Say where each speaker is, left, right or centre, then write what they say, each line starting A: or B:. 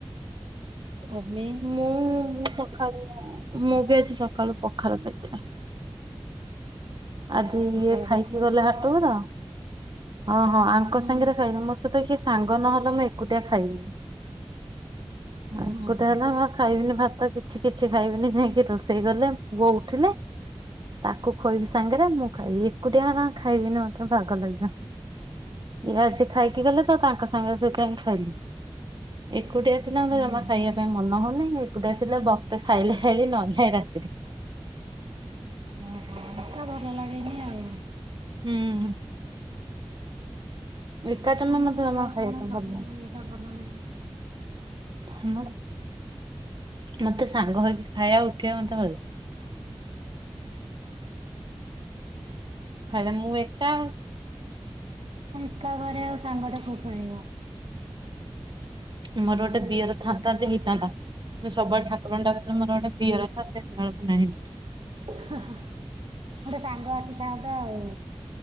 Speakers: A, on the right; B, on the right.
A: ତମେ
B: ମୁଁ ସକାଳୁ ମୁଁ ବି ଆଜି ସକାଳୁ ପଖର ଦେଇଥିଲି। ଆଜି
A: ପଖାଳ
B: ଇଏ ଖାଇକି
A: ଖାଇଛ?
B: ଗଲେ ହାଟକୁ ତ ହଁ ହଁ ଆଙ୍କ
A: ହୁଁ
B: ସାଙ୍ଗରେ ଖାଇଲିି ମୋ ସହିତ କିଏ ସାଙ୍ଗ ନହେଲେ ମୁଁ ଏକୁଟିଆ ଖାଇବିନି ଏକୁଟିଆ
A: ହଁ ହଁ।
B: ହେଲା ମୁ ଖାଇବିନି ଭାତ ତ କିଛି କିଛି ଖାଇବିନି ଯାଇକି ରୋଷେଇ ଗଲେ ପୁଅ ଉଠିଲେ ତାକୁ ଖୋଇବି ସାଙ୍ଗରେ ମୁଁ ଖାଇବି ଏକୁଟିଆ ହଲା ଖାଇବିନି ମତେ ବାଗ ଲାଗ ଇଏ ଆଜି ଖାଇକି ଗଲେ ତ ତାଙ୍କ ସାଙ୍ଗରେ ସେଇଥିାଇଁ ଖାଇଲି। ଏକୁଟିଆ ଥିଲା
A: ହୁଁ
B: ଜମା ଖାଇବା ପାଇଁ ମନ ହଉନି ଏକୁଟିଆ ଥିଲା ଭକ୍ତ ଖାଇଲେ ଖାଇଲି ନ ହେଲେ ନାହିଁ ରା
A: ଓହୋ। ଭଲ ଲାଗେନି ଆଉ।
B: ହୁଁ।
A: ହଁ
B: ଲିକା ଚମ
A: ସମସ୍ତଙ୍କୁ
B: ମତେ ଜମା
A: ଆଉ
B: ଖାଇବା
A: କଣ
B: ପାଇଁ
A: ସବୁ
B: ଭଲ
A: ଏଇଟା ଭଲ ନା କି
B: ହୁଁ। ମତେ ସାଙ୍ଗ ହେଇକି ଖାଇବା ଉଠିବା ମତେ ଭଲ। ଘରେ ମୁ ଏକା ଆଉ।
A: ଏକା ଘରେ ଆଉ ସାଙ୍ଗଟେ କୋଉଠୁ ଆଣିବ?
B: ମୋର ଗୋଟେ ଦିଅର ଥାନ୍ତା ଯଦି ହେଇଥାନ୍ତା। ମୁଁ ସବୁବେଳେ ଠାକୁରଙ୍କୁ ଡାକୁଚି ମୋର ଗୋଟେ ଦିଅର ଥାନ୍ତା। ନାହିଁ,
A: ଗୋଟେ ସାଙ୍ଗ ଆସିଥାନ୍ତା ଆଉ।